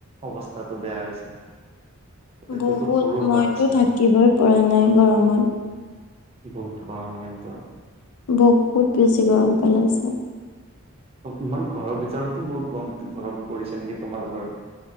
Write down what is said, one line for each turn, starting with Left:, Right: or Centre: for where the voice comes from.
Right: অৱস্থাটো বেয়া হৈছে। এইটোতো
Left: বহুত,
Right: সৰু
Left: মইতো
Right: বাচ্ছা
Left: থাকিবই পৰা নাই গৰমত।
Right: বহুত গৰম কিন্তু।
Left: বহুত বেছি গৰম পেলাইছে।
Right: ইমান ঘৰৰ ভিতৰতো বহুত গৰম, ঘৰত পৰিছে নেকি তোমালোকৰ?